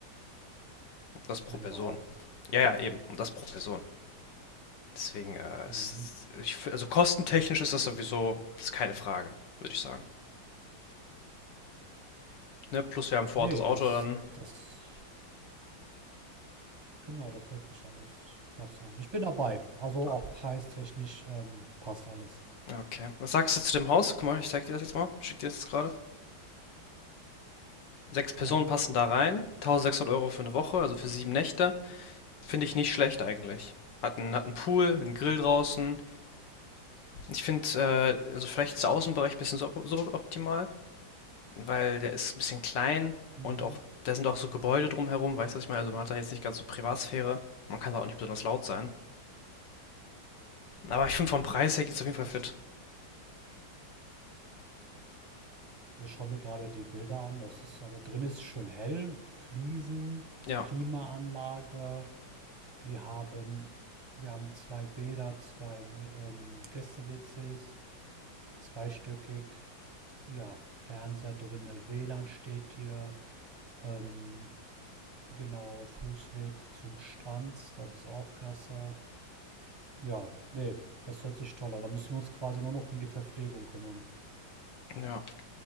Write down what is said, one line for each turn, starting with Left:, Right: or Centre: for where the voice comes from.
Left: Das pro
Right: wenn
Left: Person.
Right: überhaupt.
Left: Ja, ja, eben. Und das pro Person. Deswegen, äh,
Right: Mhm.
Left: ist, ich, also kostentechnisch ist das sowieso, das ist keine Frage, würde ich sagen. Ne? Plus wir haben vor
Right: Nee,
Left: Ort das Auto
Right: das,
Left: dann.
Right: das, genau, das hört sich alles klasse an. Ich bin dabei. Also
Left: ah,
Right: auch preistechnisch ähm, passt alles.
Left: Okay. Was sagst du zu dem Haus? Guck mal, ich zeig dir das jetzt mal. Schick dir das jetzt gerade. Sechs Personen
Right: Ja.
Left: passen da rein. 1600 Euro für eine Woche, also für sieben Nächte. Finde ich nicht schlecht eigentlich. Hat einen, hat einen Pool, einen Grill draußen. Ich finde, äh, also vielleicht ist der Außenbereich ein bisschen suboptimal. weil der ist ein bisschen klein
Right: Mhm.
Left: und auch, da sind auch so Gebäude drumherum, weißt du, was ich meine? Also man hat da jetzt nicht ganz so Privatsphäre. Man kann da auch nicht besonders laut sein. Aber ich finde vom Preis her geht's auf jeden Fall fit.
Right: Also ich schaue mir gerade die Bilder an. Das ist aber drin ist schön hell. Fliesen,
Left: Ja,
Right: Klimaanlage. Wir haben, wir haben zwei Bäder, zwei ähm, Gäste-WCs, zweistöckig, ja, Fernseher drinne, WLAN steht hier, ähm, genau, Fußweg zum Strand, das ist auch klasse. Ja, nee, das hört sich toll an. Da müssen wir uns quasi nur noch um die Verpflegung kümmern.
Left: ja.